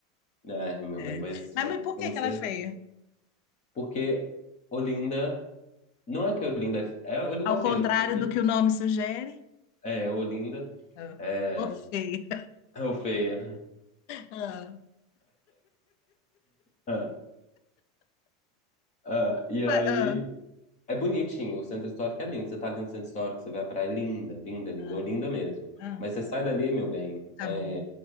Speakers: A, on the left; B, on the left.
A: né, é, meu
B: É.
A: bem, mas
B: Mas,
A: vamos,
B: mas por
A: vamos
B: que que
A: ser.
B: ela é feia?
A: Porque Olinda, não é que Olinda é, fe- é Olinda
B: Ao
A: é feia,
B: contrário
A: eu tô,
B: do que o nome sugere?
A: é, Olinda
B: Ah.
A: é,
B: Ô, feia.
A: <laughs> é o feia.
B: Ah.
A: Ah, ah, e
B: Vai-
A: aí,
B: ah,
A: é bonitinho, o centro histórico é lindo. Você tá ali no centro histórico, você vê a praia é linda, linda, linda,
B: ah,
A: ou linda mesmo.
B: ah.
A: Mas você sai dali, meu bem,
B: Acabou.
A: é,